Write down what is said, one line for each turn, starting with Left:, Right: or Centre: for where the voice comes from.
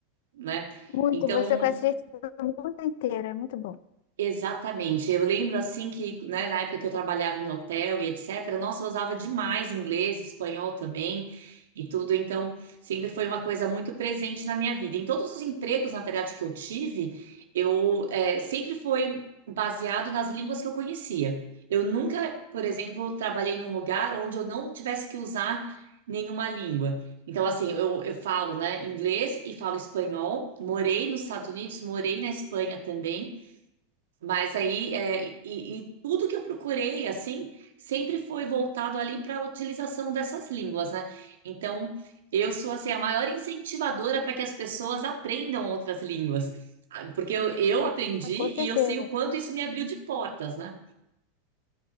Right: né?
Left: Muito,
Right: Então,
Left: você conhece gente do mundo inteiro, é muito bom.
Right: Exatamente. Eu lembro assim que, né, na época que eu trabalhava em hotel e etc, nossa, eu usava demais inglês, espanhol também e tudo, então sempre foi uma coisa muito presente na minha vida. Em todos os empregos, na verdade, que eu tive, eu eh, sempre foi baseado nas línguas que eu conhecia. Eu nunca, por exemplo, trabalhei num lugar onde eu não tivesse que usar nenhuma língua. Então, assim, eu, eu falo, né, inglês e falo espanhol. Morei nos Estados Unidos, morei na Espanha também. Mas aí, é, e, e tudo que eu procurei, assim, sempre foi voltado ali para a utilização dessas línguas, né? Então, eu sou, assim, a maior incentivadora para que as pessoas aprendam outras línguas, Ah, porque eu, eu aprendi
Left: Ah, com certeza.
Right: e eu sei o quanto isso me abriu de portas, né?